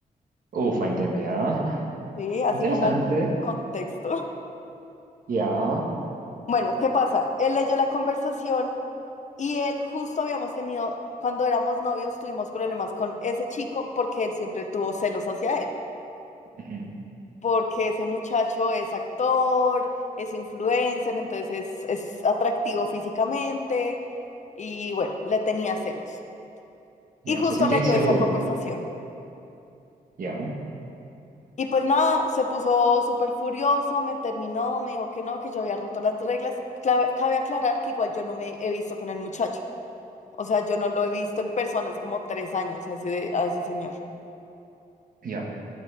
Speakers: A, on the right (about 65°); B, on the left (about 50°).
A: Ufa, entiendo, ya.
B: ¿sí? Así
A: Interesante.
B: como contexto.
A: Ya.
B: Bueno, ¿qué pasa? Él leyó la conversación y él justo habíamos tenido, cuando éramos novios, tuvimos problemas con ese chico porque él siempre tuvo celos hacia él,
A: Ujú.
B: porque ese muchacho es actor, es influencer, entonces es, es atractivo físicamente y bueno, le tenía celos.
A: Ya,
B: Y justo
A: se sentía
B: leyó
A: inseguro.
B: esa conversación.
A: Ya,
B: Y pues nada, se puso súper furioso, me terminó, me dijo que no, que yo había roto las reglas. Cla- Cabe aclarar que igual yo no me he visto con el muchacho. O sea, yo no lo he visto en persona hace como tres años a ese, a ese señor.
A: ya,